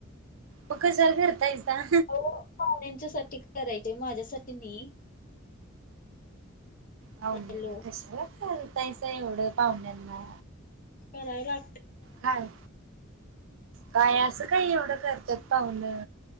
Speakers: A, on the right; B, on the left.
A: मग कशाला कर तायसा
B: पाव्हण्याच्या साठी करायचेंय माझ्यासाठी नाही.
A: पाहुण्यांना
B: हॅलो
A: कशाला चालतायच एवढं पाहुण्यांना
B: करायला.
A: काय काय असं काही एवढं करतात पाहुून.